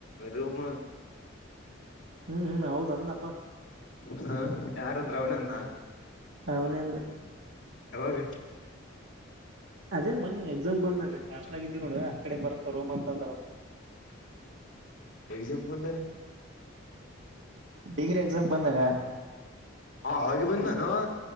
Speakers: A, on the left; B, on the right.
A: ರೂಮ್.
B: ಹ್ಮ್ ಹ್ಮ್ ಹೌದ್ ಅನ್ನಪ್ಪಾ
A: ಹ್ಮ್ ಯಾರಂದ್ರ ಅವ್ನೆ ಅದ್ನ.
B: <unintelligible>
A: ಯಾವಾಗ.
B: ಅದೇ ಮನ್ನಿ ಎಕ್ಸಾಮ್ ಬಂದಗ ಹಾಸ್ಟೆಲ್ಗ ಇದ್ದೀವಿ ನೋಡ ಅಕಡೆ ಬರತ್ತವ್ ರೂಮ್ ಅಂತದ.
A: <inaudible> ಎಕ್ಸಾಮ್ ಬಂದಗ.
B: ಡಿಗ್ರಿ ಎಕ್ಸಾಮ್ ಬಂದಾಗ.
A: ಅವ ಅವಾಗೆ ಬಂದ್ನ್ವ ಅವ.